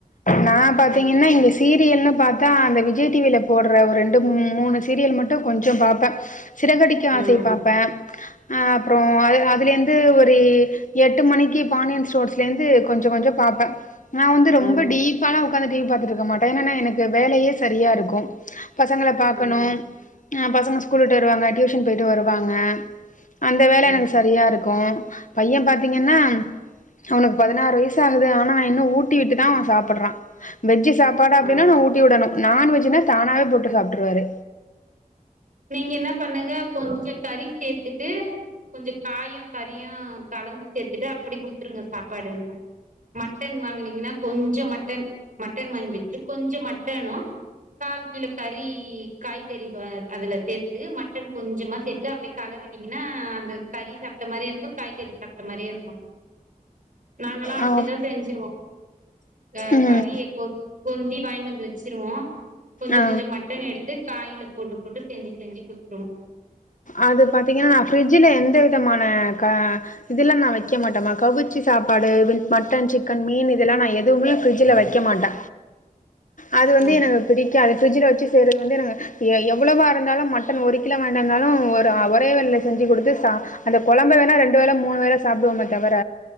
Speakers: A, on the left; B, on the right.
A: நா பாத்தீங்கன்னா
B: அதுதா
A: இங்க ஸ் சீரியல்ன்னு பாத்தா விஜய் டி வி யில போடுற ஒரு ரெண்டு மூணு சீரியல் கொஞ்ச பாப்ப சிறகடிக்க ஆசை
B: ம்
A: பாப்பே ஆ அப்புறோ அது அதுலேருந்து ஒரு எட்டு மணிக்கு பாண்டியன் ஸ்டோர்ஸ்லேருந்து கொஞ்ச கொஞ்ச பாப்ப நா வந்து ரொம்ப
B: ம்
A: டீப் ப்பாலா உக்காந்து டிவி பாத்துட்டு இருக்க மாட்டே என்னன்னா எனக்கு வேலையே சரியா இருக்கும் பசங்கள பாக்கணு
B: ம்
A: ஆ பசங்க ஸ்கூல் விட்டு வருவாங்க டியூஷன் போயிட்டு வருவாங்க அந்த வேல
B: ம்
A: எனக்கு சரியா இருக்கும் பைய பாத்தீங்கன்னா அவனுக்கு பதினாறு வய சாகுது ஆனா நா இன்னு ஊட்டி விட்டுதா அவ சாப்புட்றா வெஜ்ஜு சாப்பாடு அப்டின்னா
B: ஆ
A: நா ஊட்டி விடணு நான்வெஜ்னா தானாவே போட்டு சாப்ட்டுருவாரு
B: நீங்க என்ன பண்ணுங்க கொஞ்ச கறி சேர்த்துட்டு கொஞ்ச காயும் கறியும் கலந்து சேத்துட்டு அப்டி குடுத்து சுங்க சாப்பாடுன்ன மட்டன் வாங்குனீங்கன்னா கொஞ்ச மட்டன் மட்டன் வாங்கி வச்சுட்டு கொஞ்ச மட்டனு கால் கிலோ கறி காய்கறி வ அதுல சேத்து மட்டன் கொஞ்சமா சேத்து அப்டியே களறிட்டீங்கன்னா அந்த கறி சாப்ட்ட மாரியு இருக்கு காய்கறி சாப்ட்ட மாரியு இருக்கு நாங்கல்லா அப்டிதா
A: ஆ
B: செஞ்சிருவோ அந்த
A: ம்
B: கறிய கோத் கொந்தி வாங்கின்னு வந்து வச்சிருவோ கொஞ்ச
A: ஆ
B: கொஞ்ச மட்டன் எடுத் து காய்ல போட்டு போட்டு செஞ்சு செஞ்சு குடுத்துருவோ
A: அது பாத்தீங்கன்னா ஃபிரிட்ஜுல எந்த விதமான க இதெல்லா நா வக்க மாட்டம்மா கவிச்சி சாப்பாடு வின் மட்டன் சிக்கன் மீன் இதெல்லா நா எதுவுமே ஃப்ரிட்ஜுல வக் க மாட்ட அது வந்து
B: ஆ
A: எனக்கு பிடிக்காது ஃபிரிட்ஜுல வச்சு செய்றது வந்து எனக் எ எவ்ளோவா இருந்தாலு மட்டன் ஒரு கிலோ வாங்கிட்டு வந்தாலு ஒரு ஒரே வேலைல செஞ்சுக் குடுத்து சா அந்த கொழம்ப வேணா ரெண்டு வேள மூனு வேல சாப்டுவோமே தவர